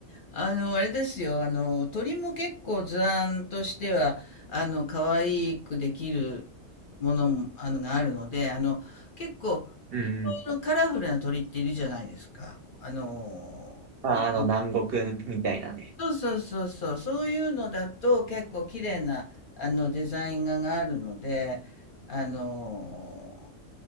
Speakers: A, on the left (about 55°); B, on the right (about 60°).
A: あの、あれですよ。あの、鳥も結構図案としては、あの、可愛くできるものも、あの、があるので、あの、結構、
B: うん。
A: いろいろカラフルな鳥っているじゃないですか。あの、
B: まあ、
A: まあ、
B: あの、南国みたいなね。
A: そうそうそうそう、そういうのだと結構綺麗なあのデザイン画があるので、あの